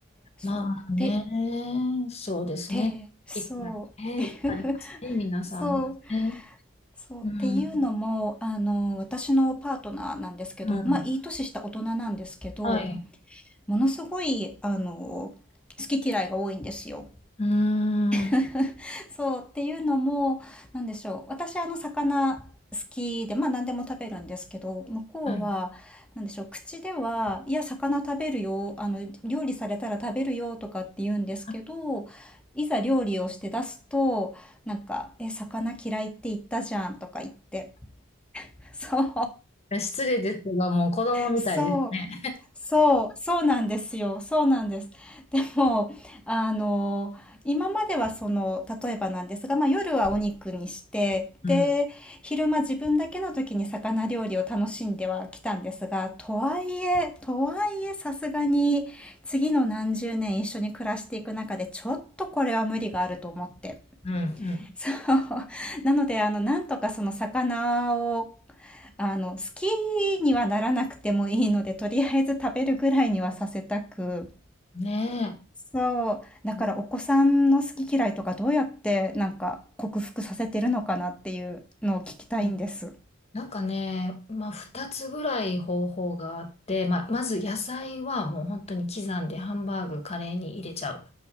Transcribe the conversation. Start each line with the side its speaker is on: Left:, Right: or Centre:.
Centre: そう。
Left: まあね、
Centre: で、
Left: そうですね。
Centre: で、そう。
Left: いっぱいね、いっぱいありますね、
Centre: <laughs>
Left: 皆さんね。
Centre: そう、そうっていうのも、
Left: うん。
Centre: あの、私のパートナーなんですけど、
Left: うん。
Centre: まあ、いい年した大人なんですけど、
Left: はい。
Centre: ものすごい、あの、好き嫌いが多いんですよ。
Left: うーん。
Centre: <laughs> そうっていうのも、なんでしょう。私あの魚好きで、まあ何でも食べるんですけど、向こうは、
Left: はい。
Centre: なんでしょう。口では、いや、魚食べるよ。あの、料理されたら食べるよとかって言うんですけど、
Left: い
Centre: いざ料理をして出すと、なんか、え、魚嫌いって言ったじゃんとか言って。<laughs> そう。
Left: や失礼ですが、もう子供みたいですね。
Centre: そう。そう、そうなんですよ。そうなんです。でも、あの、今まではその、例えばなんですが、まあ夜はお肉にして、
Left: うん。
Centre: で、
Left: うん。
Centre: 昼間自分だけの時に魚料理を楽しんではきたんですが、とはいえ、とはいえさすがに次の何十年一緒に暮らしていく中でちょっとこれは無理があると思って。
Left: うん。
Centre: そう。<laughs> なので、あの、なんとかその魚を、あの、好きにはならなくてもいいので、とりあえず食べるぐらいにはさせたく。
Left: うんねえ。
Centre: そう。だからお子さんの好き嫌いとかどうやってなんか克服させてるのかなっていうのを聞きたいんです。
Left: うんなんかね、まあ、2つぐらい方法があって、まあ、まず野菜はもう本当に刻んでハンバーグ、カレーに入れちゃう